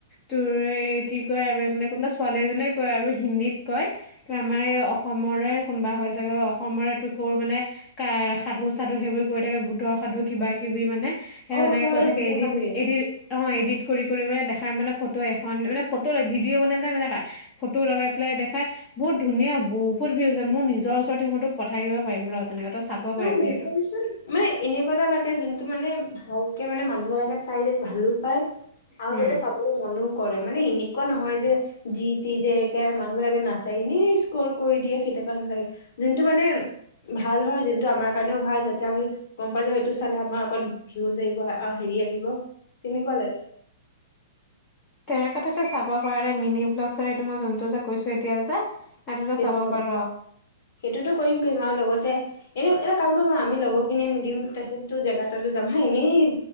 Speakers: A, on the left; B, on the left.
A: তোৰ এই কি কয় মানে কোনোবা ছোৱালী এজনীয়ে কয় আৰু হিন্দীত কয়, ত আমাৰ এই অসমৰে কোনোবা হয় চাগে। অসমৰে তোৰ ক'ৰ মানে কাৰ সাধু চাধু সেইবোৰ কৈ থাকে, ভূতৰ সাধু কিবা কিবি মানে সেয়া
B: অ
A: তেনেকে
B: সেউজীয়া
A: কৈ থাকে,
B: বুটৰ
A: এডিট,
B: সাধু
A: এডিট, অ' এডিট কৰি কৰি মানে দে খাই মানে ফটো এখন মানে ফটো ভিডিঅ' বনাই পেলাই নেদখায়, ফটো লগাই পেলাই দেখাই, বহুত ধুনীয়া বহুত ভিউজ হৈ মোৰ নিজৰ ওচৰত আছে সিহঁতোক পঠাই দিব পাৰিম ৰ তেনেকে চাব
B: তই
A: পাৰিবি
B: মোক দেখুৱাবিচোন,
A: সেইটো
B: মানে এনেকুৱা এটা লাগে যোনটো মানে ভাল তাকে মানে মানুহবিলাকে চাই যে ভালো পায় আৰু
A: উম
B: যা'তে চাবলৈ মনো কৰে মানে এনেকুৱা নহয় যে যি তি যে মানে মানুহ বিলাকে নাচাইয়ে এনেই স্ক্ৰল কৰি দিয়ে, সেইতিয়াবা নালাগে। যোনটো মানে ভাল হয় যোন টো আমাৰ কাৰণেওঁ ভাল যাতে আমি গ'ম পাই যাওঁ এইটো চালে আমাৰ অকণ ভিউজ আহিব হেৰি আহিব। তেনেকুৱা লগে।
A: তেনেকুৱাতে চাব পাৰে, মিনি ব্লকৰ মই জোনটো যে কৈছো এতিয়া যে সেইটোতো
B: সেইটো
A: চাব
B: ন,
A: পাৰ
B: সেইটোতো কৰিম কৰিম আৰু লগতে এনেই এটা কাম কৰিম আৰু আমি লগৰ খিনিয়ে মিলিম, তাৰ পিছতো জেগা এ তালৈ যাম হা এনেই